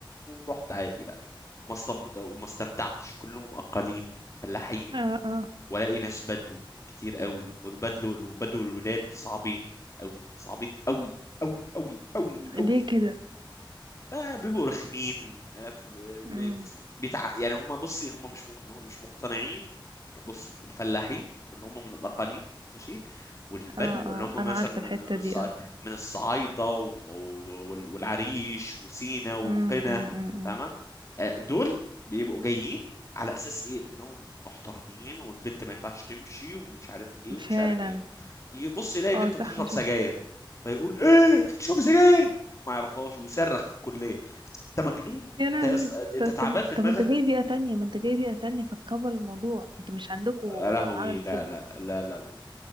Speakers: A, on the left; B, on the right.
A: ورحت عادي بقى ما استمت- ما استمتعتش كلهم أقاليم فلاحين
B: اه اه
A: ولاقي ناس بدو كتير قوي
B: م-
A: والبدو البدو الولاد صعبين قوي صعبين قوي قوي قوي قوي
B: م-
A: قوي
B: ليه كده
A: آه بيبقوا رخمين آه ف-
B: امم
A: بي- بيتع... يعني هم بصي هم مش مق- مش مقتنعين بصي الفلاحين اللي هم من الاقاليم ماشي والبدو
B: اه اه
A: اللي هم
B: انا
A: مثلا
B: عارفة
A: من من
B: الحتة
A: من الصع-
B: دي اه
A: من الصعايده و- و- وال- والعريش وسينا وقنا
B: امم امم
A: فاهمه آه دول بيبقوا جايين على اساس ايه انهم محترمين والبنت ما ينفعش تمشي ومش عارف ايه ومش
B: فعلا
A: عارف ايه يبص يلاقي
B: اه
A: بنت
B: صح
A: بتشرب
B: انا شفت
A: سجاير فيقول ايه انت بتشرب سجاير ما يعرفهاش ويصرخ في الكليه انت مجنون
B: يا
A: انت
B: لهوي
A: يا اسطى انت
B: طب
A: تعبان
B: طب
A: في
B: طب
A: دماغك
B: انت جاي بيئة تانية ما انت جاي بيئة تانية فتكبر الموضوع انت مش عندكوا
A: يا لهوي
B: وعملت
A: لا
B: كده
A: لا لا لا, لا.